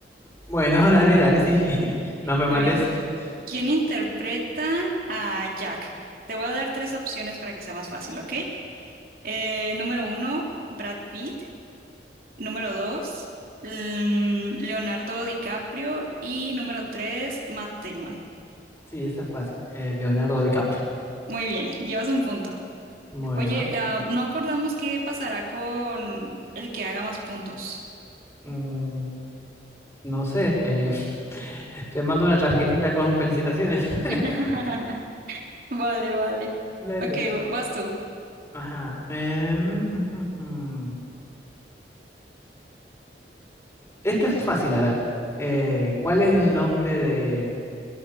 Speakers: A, on the left; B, on the right.
A: Bueno, <laughs> dale, dale, sí. <laughs> No me
B: Muy
A: mates.
B: bien.
A: <laughs>
B: ¿Quién interpreta a Jack? Te voy a dar tres opciones para que sea más fácil, ¿ok? Eh, número uno, Brad Pitt. Número dos, mm, Leonardo DiCaprio. Y número tres, Matt Damon.
A: Sí, esa es fácil. Eh, Leonardo DiCaprio.
B: Muy bien, llevas un punto.
A: Bueno,
B: Oye, ah, no acordamos qué pasará con el que haga más puntos.
A: mm, no sé. eh, <laughs> te mando una tarjetita con felicitaciones. <laughs>
B: <laughs> Vale, vale.
A: Dale.
B: Ok, vas tú.
A: Ajá. em, ujú, ujú. Este es fácil, a ver. Eh, ¿cuál es el nombre de,